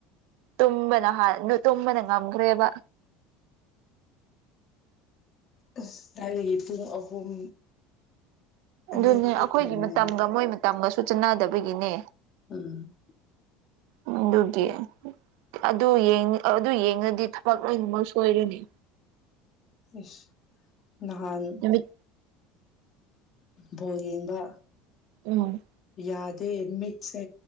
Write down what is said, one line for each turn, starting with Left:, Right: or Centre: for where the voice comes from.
Right: ꯇꯨꯝꯕꯅ ꯍꯥꯟ ꯗꯨ ꯇꯨꯝꯕꯅ ꯉꯝꯈ꯭ꯔꯦꯕ꯫
Left: ꯑꯁ ꯊꯥꯏꯅꯒꯤ ꯄꯨꯡ ꯑꯍꯨꯝ ꯑꯅꯤꯗꯗꯤ
Right: ꯑꯗꯨꯅꯦ ꯑꯈꯣꯏꯒꯤ
Left: ꯀꯅꯥ
Right: ꯃꯇꯝꯒ
Left: ꯉꯝꯅꯤ
Right: ꯃꯣꯏ ꯃꯇꯝꯒꯁꯨ ꯆꯅꯗꯕꯒꯤꯅꯦ꯫
Left: ꯎꯝ
Right: ꯎꯝ ꯗꯨꯕꯨꯗꯤ ꯑꯗꯨ ꯌꯦꯡ ꯑꯗꯨ ꯌꯦꯡꯉꯗꯤ ꯊꯕꯛ ꯂꯣꯏꯅꯃꯛ ꯁꯣꯏꯔꯅꯤ꯫
Left: ꯏꯁ ꯅꯍꯥꯟ
Right: ꯅꯨꯃꯤꯠ
Left: ꯕꯣꯜ ꯌꯦꯡꯕꯥ
Right: ꯎꯝ
Left: ꯌꯥꯗꯦ ꯃꯤꯠꯁꯦ